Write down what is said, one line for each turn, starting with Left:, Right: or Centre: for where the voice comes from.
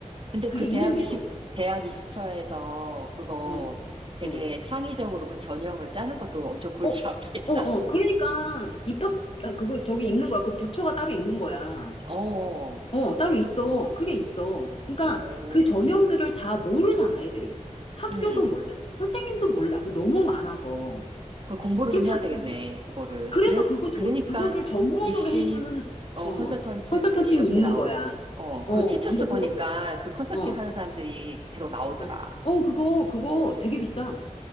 Right: 근데
Left: 그게
Right: 그
Left: 있는지도.
Right: 대학 20, 대학 20처에서 그거
Left: 응,
Right: 되게
Left: 응.
Right: 창의적으로 그 전형을 짜는 것도 엄청 골치
Left: 어, 어,
Right: 아프겠다.
Left: 어. 그러니까 입학, 아, 그거 저기 있는 거야. 그 부처가 따로 있는 거야.
Right: <laughs> 어,
Left: 어, 따로 있어. 그게 있어. 그러니까
Right: 오,
Left: 그 전형들을 다 모르잖아, 애들이. 학교도
Right: 음,
Left: 몰라. 선생님도 몰라. 그게 너무 많아서.
Right: 그 공부를
Left: 그렇지
Right: 좀 해야
Left: 않겠니?
Right: 되겠네, 그거를.
Left: 그래서
Right: 그래,
Left: 그거
Right: 그러니까
Left: 저, 그거를 전문으로
Right: 입시,
Left: 해주는,
Right: 어,
Left: 어,
Right: 컨설턴트들이
Left: 컨설턴팅이
Right: 이렇게
Left: 있는
Right: 나오지.
Left: 거야.
Right: 어,
Left: 어,
Right: 그 티처스
Left: 근데 그거,
Right: 보니까 그 컨설팅
Left: 어,
Right: 하는 사람들이 계속 나오더라.
Left: 어, 어, 그거, 그거
Right: 어,
Left: 되게 비싸.